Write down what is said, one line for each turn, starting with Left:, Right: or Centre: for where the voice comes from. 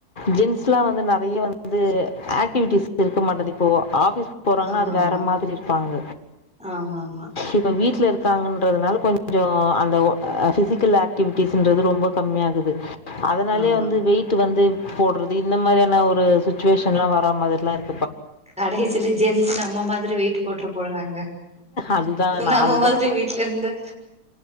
Left: ஜின்ஸ் எல்லாம் வந்து நெறைய வந்து ஆக்டிவிட்டிஸ் இருக்க மாட்டது இப்போ ஆபிஸ் போறாங்கன்னா
Centre: ஆமா
Left: அது
Centre: ஆமா
Left: வேற மாதிரி இருப்பாங்க
Centre: ஆமா ஆமா
Left: இப்ப வீட் இருக்காங்கன்றதுனால ரெஸ்ட் ரெஸ்ட் கொஞ்சம் அந்த பிசிக்கல் ஆக்டிவிட்டிஸ்ன்றது ரொம்ப கம்மிய ஆகுது அதனாலயே
Centre: ஆமா
Left: வந்து வெயிட் வந்து போடுறது இந்த மாரியான ஒரு சுச்சுவேஷன் எல்லாம் வரா மாரில்லாம் இருக்கு
Centre: கடைசில ஜென்ஸ் நம்ம மாதிரி வெயிட் போட்ற போறாங்க
Left: அதுதா நா
Centre: நம்ம
Left: அதுதா
Centre: மாதிரி வீட்ல இருந்து